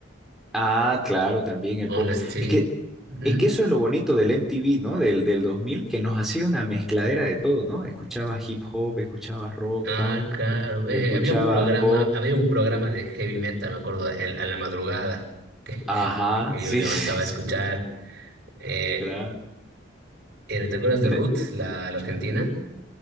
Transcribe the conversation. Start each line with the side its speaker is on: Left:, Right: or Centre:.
Centre: Ah, claro, también el
Right: Honesty.
Centre: pop. Es que,
Right: ¿Mm?
Centre: es que eso es lo bonito del MTV, ¿no? Del, del 2000, que nos hacía una mezcladera de todo, ¿no? Escuchabas hip hop, escuchabas rock,
Right: Ah,
Centre: punk,
Right: claro.
Centre: escuchabas
Right: Eh, eh, había un programa,
Centre: pop.
Right: había un programa de heavy metal, me acuerdo, el- a la madrugada,
Centre: Ajá,
Right: que
Centre: <laughs> sí,
Right: yo me levantaba
Centre: sí,
Right: a escuchar.
Centre: sí,
Right: Eh,
Centre: claro.
Right: eh, ¿te acuerdas de
Centre: Donde-
Right: Ruth, la, la argentina?